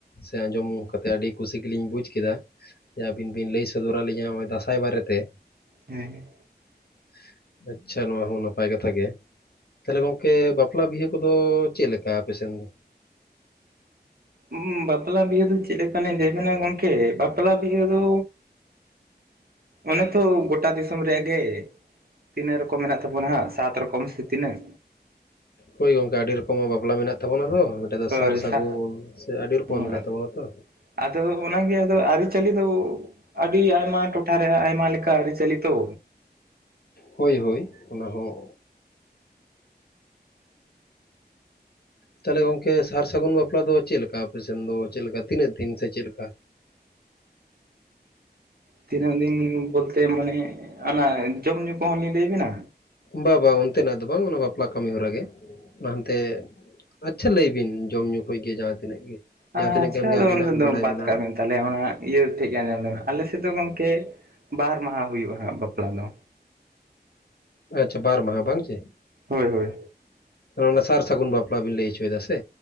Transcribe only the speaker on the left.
ᱥᱮ ᱟᱸᱡᱚᱢ ᱠᱟᱛᱮ ᱟᱰᱤ ᱠᱩᱥᱤ ᱜᱮᱞᱤᱧ ᱵᱩᱡᱽ ᱠᱮᱫᱟ᱾ ᱡᱮ ᱟᱵᱤᱱ ᱵᱤᱱ ᱞᱟᱹᱭ ᱥᱚᱫᱚᱨᱟ ᱞᱤᱧᱟ ᱱᱚᱜ-ᱚᱭ ᱫᱟᱸᱥᱟᱭ ᱵᱟᱨᱮᱛᱮ᱾
<inaudible> ᱟᱪᱪᱷᱟ ᱱᱚᱣᱟ ᱦᱚᱸ ᱱᱟᱯᱟᱭ ᱠᱟᱛᱷᱟ ᱜᱮ ᱛᱟᱦᱞᱮ ᱜᱚᱝᱠᱮ ᱵᱟᱯᱞᱟ ᱵᱤᱦᱟᱹ ᱠᱚᱫᱚ᱾ ᱪᱮᱜ ᱞᱮᱠᱟ ᱟᱯᱮᱥᱮᱱ ᱫᱚ᱾
ᱦᱳᱭ ᱜᱚᱝᱠᱮ ᱟᱰᱤ ᱨᱚᱠᱚᱢᱟᱜ ᱵᱟᱯᱞᱟ ᱢᱮᱱᱟᱜ ᱛᱟᱵᱚᱱᱟ ᱛᱚ ᱢᱮᱴᱮᱜ ᱫᱚ
ᱥᱟᱨ
ᱥᱟᱜᱩᱱ ᱥᱮ ᱟᱰᱤ ᱨᱚᱠᱚᱢᱟᱜ
ᱢᱮᱱᱟᱜ ᱛᱟᱵᱚᱱᱟ ᱛᱚ᱾
ᱦᱳᱭ ᱦᱳᱭ ᱚᱱᱟ ᱦᱚᱸ᱾ ᱛᱟᱦᱚᱞᱮ ᱜᱚᱝᱠᱮ ᱥᱟᱨ ᱥᱟᱹᱜᱩᱱ ᱵᱟᱯᱞᱟ ᱫᱚ ᱪᱮᱫ ᱞᱮᱠᱟ ᱟᱯᱮᱥᱮᱱ ᱫᱚ ᱪᱮᱫ ᱞᱮᱠᱟ ᱛᱤᱱᱟᱹᱜ ᱫᱤᱱ ᱥᱮ ᱪᱮᱫ ᱞᱮᱠᱟ?
ᱵᱟ ᱵᱟᱝ ᱚᱱᱛᱮᱱᱟᱜ ᱫᱚ ᱵᱟᱝ ᱚᱱᱟ ᱵᱟᱯᱞᱟ ᱠᱟᱹᱢᱤ ᱦᱚᱨᱟ ᱜᱮ ᱚᱱᱟ ᱦᱟᱱᱛᱮ ᱟᱪᱪᱷᱟ ᱞᱟᱹᱭ ᱵᱤᱱ ᱡᱚᱢᱧᱩ ᱠᱷᱚᱡ ᱜᱮ ᱡᱟᱦᱟᱸ ᱛᱤᱱᱟᱹᱜ ᱜᱮ, ᱡᱟᱦᱟᱸ
ᱛᱤᱱᱟᱹᱜ ᱜᱟᱱ ᱜᱮ
ᱟᱹᱵᱤᱱᱟᱜ
ᱵᱟᱰᱟᱭ
ᱢᱮᱱᱟᱜᱼᱟ
ᱟᱪᱪᱷᱟ ᱵᱟᱨ ᱢᱟᱦᱟᱸ, ᱵᱟᱝ ᱪᱮ?
ᱚᱱᱟ ᱥᱟᱨ ᱥᱟᱹᱜᱩᱱ ᱵᱟᱯᱞᱟ ᱵᱤᱱ ᱞᱟᱹᱭᱪᱚᱭ ᱫᱟ ᱥᱮ?